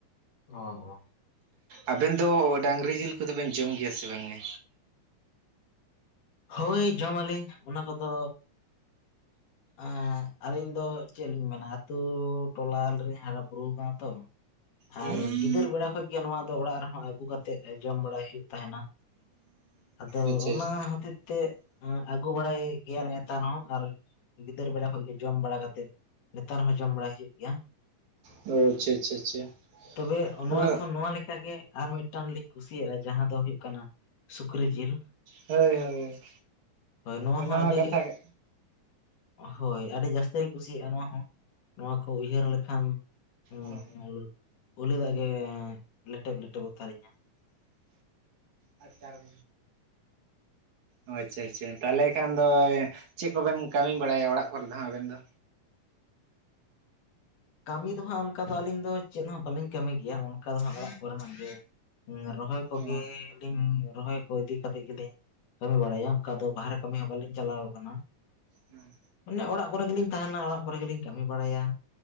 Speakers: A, on the left; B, on the right.
A: ᱚ ᱦᱚᱸ
B: ᱟᱵᱮᱱ ᱫᱚ ᱰᱟᱝᱨᱤ ᱡᱤᱞ ᱠᱚᱫᱚᱵᱮᱱ ᱡᱚᱢ ᱜᱮᱭᱟ ᱥᱮ ᱵᱟᱝᱜᱮ
A: ᱦᱳᱭ ᱡᱚᱢᱟᱞᱤᱧ ᱚᱱᱟ ᱠᱚᱫᱚ ᱮᱸ ᱟᱹᱞᱤᱧ ᱫᱚ ᱪᱮᱫ ᱞᱤᱧ ᱢᱮᱱᱟ ᱟᱹᱛᱩ ᱴᱚᱞᱟ ᱨᱮᱞᱤᱧ ᱦᱟᱨᱟ ᱵᱩᱨᱩ ᱠᱟᱱᱟ ᱛᱚ
B: ᱦᱩᱸ
A: ᱟᱨ ᱜᱤᱫᱟᱹᱨ ᱵᱮᱲᱟ ᱠᱷᱚᱡ ᱜᱮ ᱱᱚᱣᱟ ᱫᱚ ᱚᱲᱟᱜ ᱨᱮᱦᱚᱸ ᱟᱹᱜᱩ ᱠᱟᱛᱮᱫ ᱡᱚᱢ ᱵᱟᱲᱟᱭ ᱦᱩᱭᱩᱜ ᱛᱟᱦᱮᱱᱟ ᱟᱫᱚ
B: ᱟᱪᱪᱷᱟ
A: ᱚᱱᱟ
B: ᱟᱪᱪᱷᱟ
A: ᱦᱚᱛᱮᱫ ᱛᱮ ᱟᱹᱜᱩ ᱵᱟᱲᱟᱭ ᱜᱮᱭᱟ ᱱᱮᱛᱟᱨ ᱦᱚᱸ ᱟᱨ ᱜᱤᱫᱟᱹᱨ ᱵᱮᱲᱟ ᱠᱷᱚᱡ ᱜᱮ ᱡᱚᱢ ᱵᱟᱲᱟ ᱠᱟᱛᱮᱮᱫ ᱱᱮᱛᱟᱨ ᱦᱚᱸ ᱡᱚᱢ ᱵᱟᱲᱟ ᱦᱩᱭᱩᱜ ᱜᱮᱭᱟ
B: ᱚ ᱟᱪᱪᱷᱟ ᱟᱪᱪᱷᱟ ᱟᱪᱪᱷᱟ
A: ᱛᱚᱵᱮ ᱱᱚᱣᱟ
B: ᱚᱱᱟ
A: ᱠᱷᱚᱱ ᱱᱚᱣᱟ ᱞᱮᱠᱟ ᱜᱮ ᱟᱨ ᱢᱤᱫᱴᱟᱝ ᱞᱤᱧ ᱠᱩᱥᱤᱭᱟᱜᱼᱟ ᱡᱟᱦᱟᱸ ᱫᱚ ᱦᱩᱭᱩᱜ ᱠᱟᱱᱟ ᱥᱩᱠᱨᱤ ᱡᱤᱞ
B: ᱦᱳᱭ ᱦᱳᱭ
A: ᱦᱳᱭ ᱱᱚᱣᱟ
B: ᱚᱱᱟᱢᱟ
A: ᱦᱚᱸ ᱟᱹᱰᱤ
B: ᱠᱟᱛᱷᱟ ᱜᱟ
A: ᱦᱳᱭ ᱟᱹᱰᱤ ᱡᱟᱹᱥᱛᱤ ᱞᱤᱧ ᱠᱩᱥᱤᱭᱟᱜᱼᱟ ᱱᱚᱣᱟ ᱦᱚᱸ ᱱᱚᱣᱟ ᱠᱚ ᱩᱭᱦᱟᱹᱨ ᱞᱮᱠᱷᱟᱱ ᱦᱩᱸ
B: ᱚ
A: ᱩᱞᱤᱫᱟᱜᱽ ᱜᱮ ᱞᱮᱴᱮᱵ ᱞᱮᱴᱮᱵᱚᱜ ᱛᱟᱦᱮᱟ
B: ᱟ ᱪᱟᱨ
A: <inaudible>
B: ᱚ ᱟᱪᱪᱷᱟ ᱟᱪᱪᱷᱟ ᱛᱟᱦᱚᱞᱮ ᱠᱷᱟᱱ ᱫᱚ ᱪᱮᱫ ᱠᱚᱵᱮᱱ ᱠᱟᱹᱢᱤ ᱵᱟᱲᱟᱭᱟ ᱚᱲᱟᱜ ᱠᱚᱨᱮ ᱫᱚ ᱦᱟᱜ ᱟᱵᱮᱱ ᱫᱚ
A: ᱠᱟᱹᱢᱤ ᱫᱚ ᱦᱟᱸᱜ ᱚᱱᱠᱟ ᱫᱚ ᱟᱹᱞᱤᱧ ᱫᱚ ᱪᱮᱫ ᱦᱚᱸ ᱵᱟᱹᱞᱤᱧ ᱠᱟᱹᱢᱤ ᱜᱮᱭᱟ ᱚᱱᱠᱟ ᱫᱚ ᱦᱟᱸᱜ ᱚᱲᱟᱜ ᱠᱚᱨᱮᱱᱟᱜ ᱜᱮ ᱨᱚᱦᱚᱭ ᱠᱚᱜᱮᱞᱤᱧ
B: ᱚ
A: ᱨᱚᱦᱚᱭ ᱦᱳᱭ ᱤᱫᱤ ᱠᱟᱛᱮᱫ ᱜᱮᱞᱤᱧ ᱠᱟᱹᱢᱤ ᱵᱟᱲᱟᱭᱟ ᱚᱱᱠᱟ ᱫᱚ ᱵᱟᱦᱨᱮ ᱠᱟᱹᱢᱤ ᱦᱚᱸ ᱵᱟᱹᱞᱤᱧ ᱪᱟᱞᱟᱣᱟ ᱠᱟᱱᱟ
B: ᱦᱩᱸ
A: ᱢᱟᱱᱮ ᱚᱲᱟᱜ ᱠᱚᱨᱮ ᱜᱮᱞᱤᱧ ᱛᱟᱦᱮᱱᱟ ᱚᱲᱟᱜ ᱠᱚᱨᱮ ᱜᱮᱞᱤᱧ ᱠᱟᱹᱢᱤ ᱵᱟᱲᱟᱭᱟ